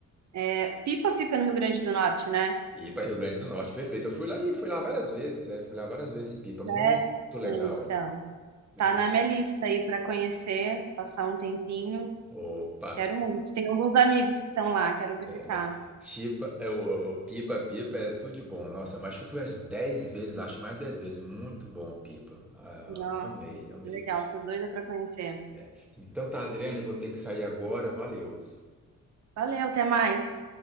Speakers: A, on the right; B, in the centre.
A: É, Pipa fica no Rio Grande do Norte, né?
B: Pipa, Rio Grande do Norte, perfeito. Eu fui lá e fui lá várias vezes, é, fui lá várias vezes em Pipa, muito
A: É,
B: legal,
A: então,
B: muito
A: tá na
B: legal.
A: minha lista aí para conhecer, passar um tempinho.
B: Opa.
A: Quero muito. Tem alguns amigos que estão lá, quero visitar.
B: É, né? Chipa, é, o, o pipa, pipa é tudo de bom. Nossa, mas que eu fui umas 10 vezes, lá, acho mais 10 vezes. Muito bom, pipa. Ah,
A: Nossa,
B: amei, amei.
A: que legal, tô doida para conhecer.
B: É. Então tá, Adriane, eu vou ter que sair agora. Valeu.
A: Valeu, até mais.